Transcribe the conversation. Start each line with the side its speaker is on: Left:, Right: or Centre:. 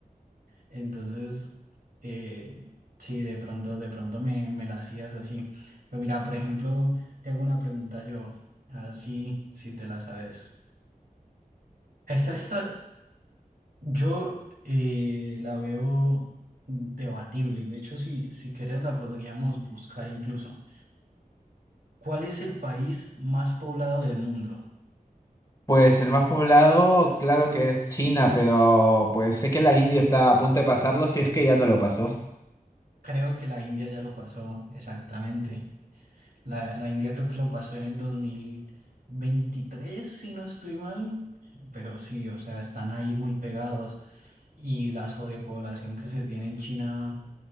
Right: Entonces, eh, sí, de pronto, de pronto me, me la hacías así. Pero mira, por ejemplo, te hago una pregunta yo, así si si te la sabes. Esta, esta, Yo eh, la veo debatible y de hecho si, si quieres la podríamos buscar incluso. ¿Cuál es el país más poblado del mundo?
Left: Pues el más poblado, claro que es China, pero pues sé que la India está a punto de pasarlo si es que ya no lo pasó.
Right: Creo que la India ya lo pasó, exactamente. La, la India creo que lo pasó en el dos mil veintitrés si no estoy mal, pero sí, o sea, están ahí muy pegados y la sobrepoblación que se tiene en China